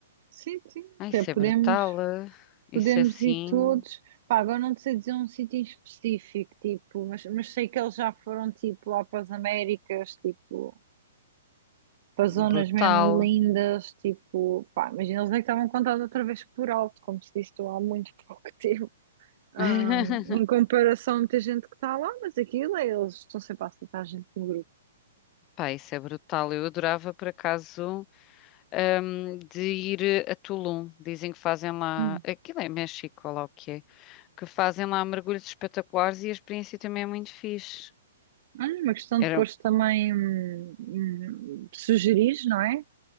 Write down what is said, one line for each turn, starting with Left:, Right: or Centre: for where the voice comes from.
Right: Sim, sim,
Left: Ai,
Right: até
Left: isso
Right: podemos.
Left: é brutal. ah. Isso
Right: Podemos
Left: é assim,
Right: ir todos. Pá, agora não te sei dizer um sítio em específico, tipo, mas, mas sei que eles já foram tipo lá para as Américas, tipo, para zonas
Left: brutal.
Right: mesmo lindas, tipo, pá, imagina, eles é que estavam contados outra vez por alto, como se disse tu há muito <laughs> pouco tempo. Ahm,
Left: <laughs>
Right: em comparação a muita gente que está lá, mas aquilo é, eles estão sempre a aceitar a gente no grupo.
Left: Pá, isso é brutal. Eu adorava, por acaso, hum, de ir a Tulum. Dizem que fazem lá.
Right: Hum.
Left: Aquilo é México, ou lá o que é. Que fazem lá mergulhos espetaculares e a experiência também é muito fixe.
Right: Olha, uma questão de
Left: Era
Right: depois também hum, hum, sugerir, não é?